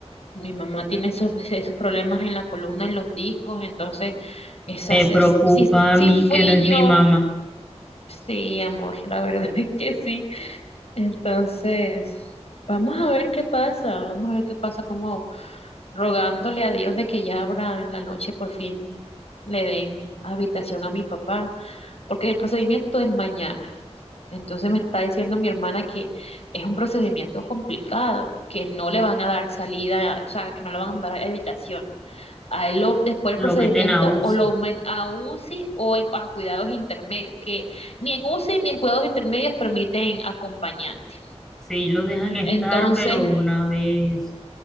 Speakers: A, on the left; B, in the centre.
A: Mi mamá tiene esos, esos problemas en la columna, en los discos, entonces, esas,
B: Me preocupa
A: es- sí, sí
B: a mí
A: fui
B: que no es mi
A: yo.
B: mamá.
A: Sí, amor, la verdad <laughs> es que sí. Entonces, vamos a ver qué pasa, vamos a ver qué pasa, como rogándole a Dios de que ya ahora en la noche por fin le den habitación a mi papá, porque el procedimiento es mañana. Entonces me está diciendo mi hermana que es un procedimiento complicado, que no le van a dar salida, o sea, que no le van a mandar a habitación. A él lo, después del
B: Lo
A: procedimiento
B: meten a UCI.
A: o lo man- a UCI o en- a cuidados intermedios, que ni en UCI ni en cuidados intermedios permiten acompañante.
B: Sí, lo dejan estar,
A: Entonces,
B: pero una vez,